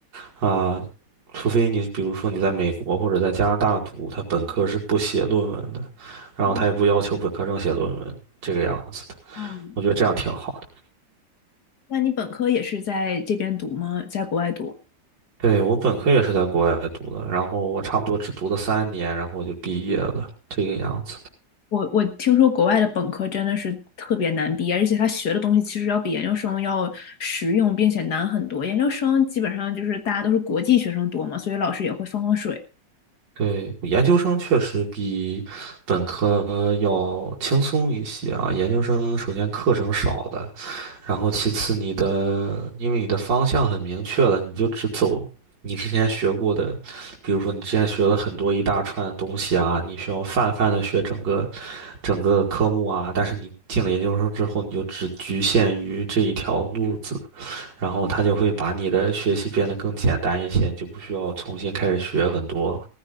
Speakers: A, on the right (about 80°); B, on the left (about 60°).
A: 啊，除非你比如说你在美国或者在加拿大读，他本科是不写论文的，然后他也不要求本科生写论文这个样子的，
B: 嗯嗯，
A: 我觉得这样挺好的。
B: 那你本科也是在这边读吗？在国外读？
A: 对，我本科也是在国外读的，然后我差不多只读了三年，然后我就毕业了，这个样子。
B: 我我听说国外的本科真的是特别难毕业，而且他学的东西其实要比研究生要实用，并且难很多。研究生基本上就是大家都是国际学生多嘛，所以老师也会放放水。
A: 对，研究生确实比本科要轻松一些啊。研究生首先课程少了，然后其次你的，因为你的方向很明确了，你就只走你之前学过的，比如说你之前学了很多一大串东西啊，你需要泛泛的学整个整个科目啊，但是你进了研究生之后，你就只局限于这一条路子。然后他就会把你的学习变得更简单一些，你就不需要重新开始学很多